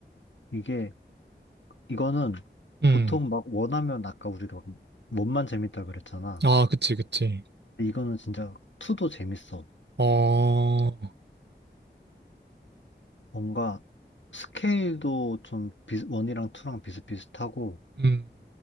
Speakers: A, on the left; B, on the right.
A: 이게, 이거는
B: 음.
A: 보통 막 원하면 아까 우리가 원만 재밌다 그랬잖아.
B: 아, 그치, 그치.
A: 근데 이거는 진짜 투도 재밌어.
B: 어,
A: 뭔가 스케일도 좀 비, 원이랑 투랑 비슷비슷하고
B: 음.